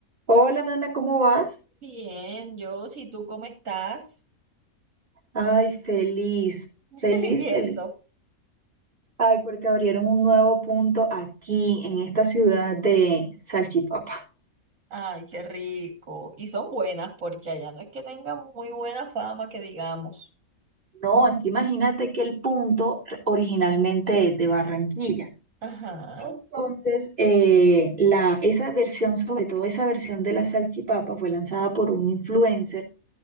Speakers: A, on the right; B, on the right.
A: Hola, Nana, ¿cómo vas?
B: Bien, yo, si tú cómo estás?
A: Ay, feliz,
B: <laughs>
A: feliz,
B: Y eso.
A: feliz. Ay, porque abrieron un nuevo punto aquí en esta ciudad de Salchipapa.
B: Ay, qué rico. Y son buenas porque allá no es que tengan muy buena fama, que digamos.
A: No, aquí imagínate que el punto originalmente es de Barranquilla.
B: Ajá,
A: Entonces, eh, la, esa versión, sobre todo esa versión de la salchipapa, fue lanzada por un influencer